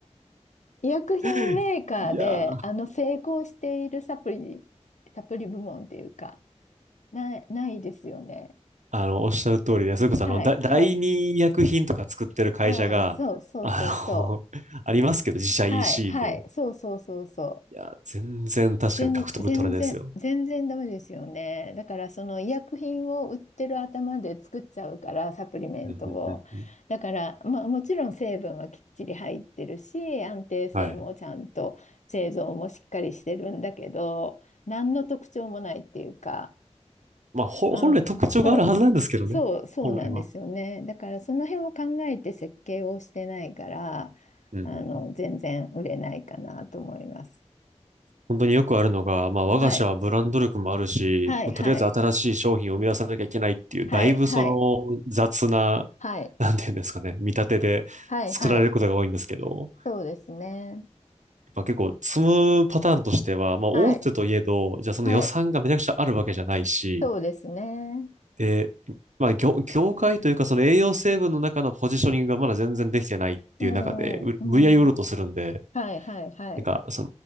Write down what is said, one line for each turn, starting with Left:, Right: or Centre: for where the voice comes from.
Left: 医薬品メーカーで、
Right: <laughs> いやー、
Left: あの、成功しているサプリ、サプリ部門っていうか、ない、ないですよね。
Right: あの、おっしゃる通りで、それこそ、
Left: はい、
Right: あの、だ、第二医薬品とか作ってる会社が、
Left: はい。ああ、そうそうそうそう。
Right: あの、<laughs> ありますけど、自社
Left: はい、
Right: EC
Left: はい、
Right: で。
Left: そうそうそうそう。
Right: いや、全然確かに獲得取れないですよ。
Left: 全、全然、全然ダメですよね。だからその医薬品を売ってる頭で作っちゃうから、サプリメントを。
Right: うんうんうんうん
Left: だから、まあ、もちろん成分はきっちり入ってるし、安定性もちゃんと製造もしっかりしてるんだけど、
Right: はい。
Left: 何の特徴もないっていうか、
Right: まあ、ほ本来特徴があるはずなんですけどね。
Left: あ、そう、そう、そうなんですよね。
Right: 本来は。
Left: だからその辺を考えて設計をしてないから、
Right: うんうん
Left: あの、全然売れないかなと思います。
Right: 本当によくあるのが、まあ、我が社はブランド力もあるし、
Left: はい、はい、
Right: まあ、
Left: はい。
Right: とりあえず新しい商品を生み出さなきゃいけないっていう、
Left: はい、
Right: だいぶその雑な、
Left: はい、はい、
Right: なんていうんですかね、見立てで作られることが多いんですけど、
Left: はい、はい、そうですね。
Right: やっぱ結構積むパターンとしては、まあ、
Left: はい、
Right: 大手といえど、じゃあその予算がめちゃくちゃあるわけじゃないし、
Left: はい、そうですね。
Right: で、まあ、業、業界というか、その栄養成分の中のポジショニングがまだ全然できてないっていう中で、
Left: うん、
Right: う無理やり売ろうとするんで、
Left: うん、はい、はい、はい、
Right: なんか、そ